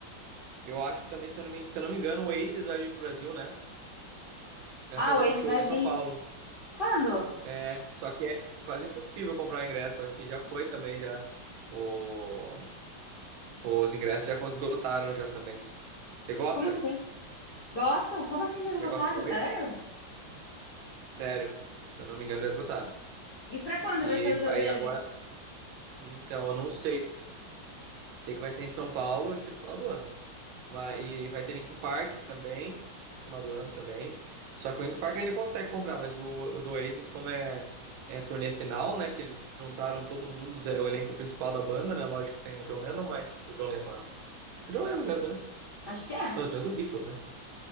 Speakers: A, on the right; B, on the left.
A: eu acho que também, se eu não me, se eu não me engano, o Oasis vai vir pro Brasil, né? Vai fazer
B: Ah, o Ace
A: um show
B: vai
A: em São
B: vir.
A: Paulo.
B: Quando?
A: É, só que é quase impossível comprar ingresso. Acho que já foi também já. O- os ingressos já esgotaram já também. Você gosta?
B: Como assim? Gostam? Como assim já esgotaram?
A: Você gosta do
B: Sério?
A: Oasis? Sério, se eu não me engano, já esgotaram.
B: E pra quando
A: E
B: vai ser o show
A: aí
B: deles?
A: agora, então, eu não sei. Sei que vai ser em São Paulo, acho que no final do ano. Mas, e vai ter Linkin Park também, que final do ano também. Só que o Linkin Park ainda consegue comprar, mas o, o do Oasis, como é, é turnê final, né? Que eles juntaram todo mundo, é o elenco principal da banda, né? Lógico que sem o John Lennon, mas o John Lennon é o John Lennon mesmo, né?
B: Acho que é.
A: Não, mas o Beatles, né?